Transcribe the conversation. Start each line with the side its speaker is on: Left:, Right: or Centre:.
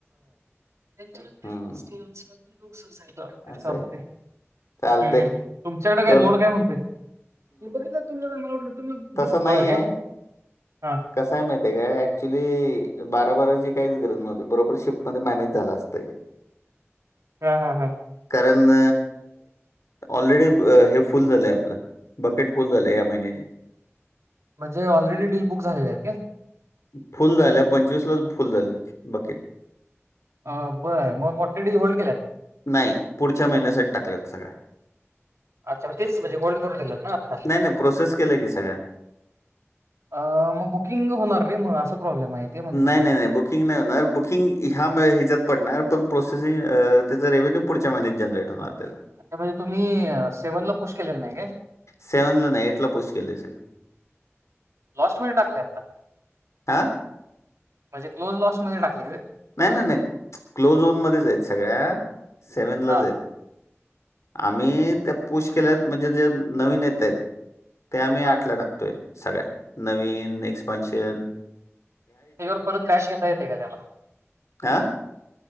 Right: चालतंय-चालतंय.
Left: हम्म असं आहे चालतंय
Right: हम-हम, तुमच्याकडे काय
Left: कर
Right: लोड काय म्हणतेय? हे बघितलं का तुम्ही मला वाटलं
Left: तसा नाहीये
Right: होय काय? हां,
Left: कसय माहिती काय, ऍक्च्युली बारा-बाराची काहीच गरज नव्हती, बरोबर शिफ्ट मध्ये मॅनेज झालं असतं हे. <inaudible>
Right: हा-हा-हा.
Left: कारण, ऑलरेडी हे फुल झालं आता. बकेट फुल झालं ह्या महिन्याचे.
Right: म्हणजे, ऑलरेडी डील बुक झालेल्या आहेत का?
Left: फुल झाल्या, पंचवीसलाच फुल झालेत बकेट.
Right: आ बर, मग मोठे डील होल्ड केल्यात?
Left: नाही, पुढच्या महिन्यासाठी टाकल्यात सगळ्या.
Right: अच्छा म्हणजे तेच की, म्हणजे होल्ड करून ठेवल्यात ना आत्ता?
Left: नाही, नाही प्रोसेस केलं की सगळ्या.
Right: अ, मग बुकिंग होणार रे, मग असा प्रॉब्लेम आहे. ते म्हणतोय
Left: नाही-नाही-नाही
Right: मी.
Left: बुकि बुकिंग नाही होणार, बुकिंग ह्या ह्याच्यात पडणार पण प्रोसेसिंग, त्याचा रेव्हेन्यू पुढच्या महिन्यात जनरेट होणार त्याचं.
Right: त्या म्हणजे तुम्ही, सेव्हन ला पोस्ट केलेल नाही काय?
Left: सेवन ला नाही एट ला पोस्ट केले सगळं.
Right: लॉस्ट मध्ये टाकले आत्ता.
Left: हां?
Right: म्हणजे क्लोज लॉस्ट मध्ये टाकली व्हय?
Left: नाही-नाही-नाही, क्लोजोनमध्येच आहेत सगळ्या सेव्हनलाच
Right: हां,
Left: आहेत. आम्ही त्या पुश केल्यात, म्हणजे जे नवीन येत आहेत त्या आम्ही
Right: हां.
Left: आट ला टाकतोय, सगळ्या नवीन, एक्स्पान्सन.
Right: त्याच्यावर परत कॅश घेता येते का त्याला?
Left: आ?